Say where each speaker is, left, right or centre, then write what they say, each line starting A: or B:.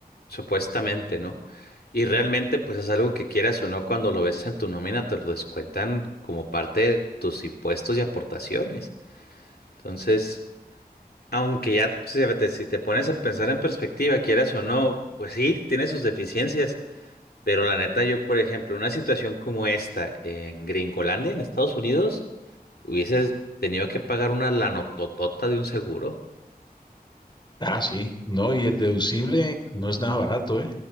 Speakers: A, on the left; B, on the left.
A: supuestamente, ¿no? Y realmente, pues es algo que quieras o no, cuando lo ves en tu nómina, te lo descuentan como parte de tus impuestos y aportaciones. Entonces, aunque ya, fíjate, si te pones a pensar en perspectiva, quieras o no, pues sí, tiene sus deficiencias. Pero la neta, yo, por ejemplo, una situación como esta en Gringolandia, en Estados Unidos, Hubieses tenido que pagar una lanototota de un seguro.
B: Ah, sí, no, y el deducible no es nada barato, ¿eh?